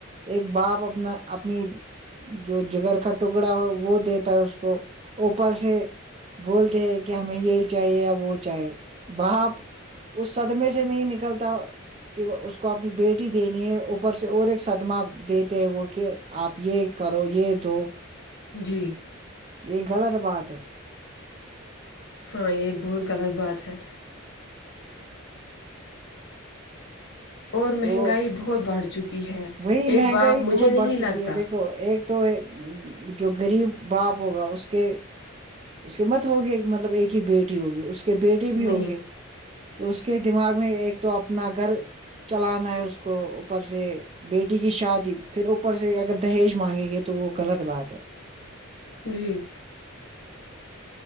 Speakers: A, on the right; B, on the left.
A: ایک باپ اپنا اپنی جو جگر کا ٹکڑا ہو وہ دیتا ہے اس کو اوپر سے بولتے ہیں کہ ہمیں یہی چاہیے یا وہ چاہے باپ اس سدمے سے نہیں نکلتا کہ اس اس کو اپنی بیٹی دینی ہے اوپر سے اور ایک صدمہ دیتے ہیں وہ کہ آپ یہ کرو یہ دو
B: جی
A: یہ غلط بات ہے
B: ہاں یہ بہت غلط بات ہے اور مہنگائی
A: تو
B: بہت بڑھ چکی ہے
A: وہی
B: ایک
A: مہنگائی
B: بار مجھے
A: بہت
B: نہیں
A: بڑھ
B: لگتا
A: چکی ہے دیکھو ایک تو جو غریب باپ ہوگا اس کے اس کے مت ہوگیا مطلب ایک ہی بیٹی ہوگی اس کے بیٹے
B: نہیں
A: بھی ہوگئے تو اس کے دماغ میں ایک تو اپنا گھر چلانا ہے اس کو اوپر سے بیٹی کی شادی پھر اوپر سے اگر دہیج مانگیں گے تو وہ غلط بات ہے
B: جی